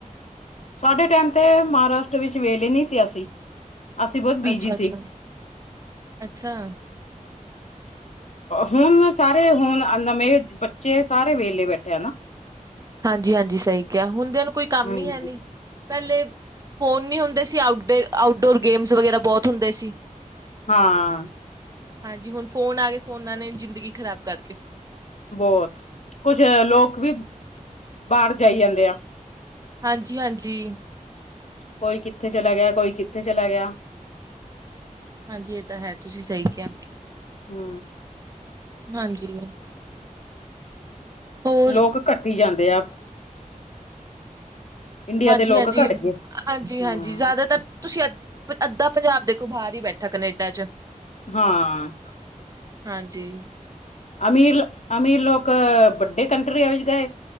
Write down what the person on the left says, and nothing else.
ਸਾਡੇ ਟੈਮ ਤੇ ਮਹਾਰਾਸ਼ਟਰ ਵਿੱਚ ਵੇਲੇ ਨਈਂ ਸੀ ਅਸੀਂ। ਅਸੀਂ ਬਹੁਤ ਬਿਜੀ
ਸੀ ਹੁਨ ਸਾਰੇ ਹਨਣ ਨਵੇਂ ਬੱਚੇ ਸਾਰੇ ਵੇਲੇ ਬੈਠੇ ਆ ਨਾ।
ਹੂੰ
ਹਾਂ।
ਬੋਤ ਕੁੱਝ ਲੋਕ ਵੀ ਬਾਰ ਜਾਈ ਜਾਂਦੇ ਆ।
ਕੋਈ ਕਿੱਥੇ ਚਲਾ ਗੇਆ ਕੋਈ ਕਿੱਥੇ ਚਲਾ ਗੇਆ।
ਹੂੰ।
ਲੋਕ ਘੱਟੀ ਜਾਂਦੇ ਆ। ਇੰਡੀਆ
ਦੇ ਲੋਕ ਘੱਟ ਗਏ ਹੂੰ
ਹਾਂ।
ਅਮੀਰ-ਅਮੀਰ ਲੋਕ ਵੱਡੇ ਕੰਟਰੀਆਂ ਵਿੱਚ ਗਏ।